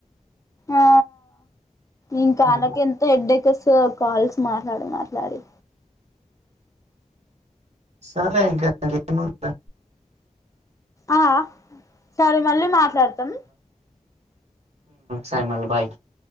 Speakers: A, on the left; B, on the right.
A: ఆ ఇంకాకాలక
B: అట్లా
A: ఎంత హెడేక్ కాల్స్ మాట్లాడి మాట్లాడి
B: సర్లే ఇంకా ఏ ముంది
A: ఆ సరే మళ్ళీ మాట్లాడు త్తం
B: సైమల్ బాయ్